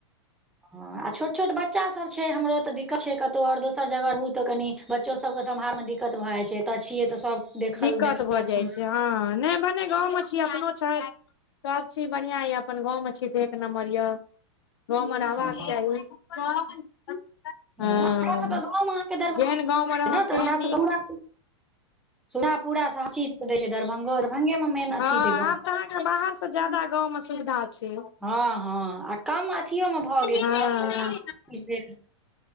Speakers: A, in the centre; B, on the left (about 55°).
A: ह आ छोट छोट बच्चा सभ छै हमरो तऽ दिक्कत छै कतहु आओर दोसर जगह रहू तऽ कनि बच्चो सब के सम्हार में दिक्कत भए जाय छै ए छिये ते सब देखल
B: दिक्कत
A: देखलक
B: भऽ जाइ
A: सुनल
B: हँ नय भने गाँवमे छीयै अपनो छथि सब चीज बढ़ियां यऽ अपन गाँव में छी तऽ एक नम्बर यए गाव म रहबाक
A: हँ,
B: चाही <inaudible> हँ
A: ह <inaudible> हमरासके गाँमे अहाँके दरभंगा
B: जेहन गाँव मे रहब
A: ने तऽ
B: तेहन नीक
A: हमर सूधा पूरा सब चीज दै छै दरभंगो दरभंगे मे मेन
B: हँ
A: अथी छै गाँव
B: आब बाहर से जादा गाउँ मे सुविधा छै
A: हँ हँ आ कम अथियओमे भऽ गेल
B: हँ
A: कम पैसामे भेल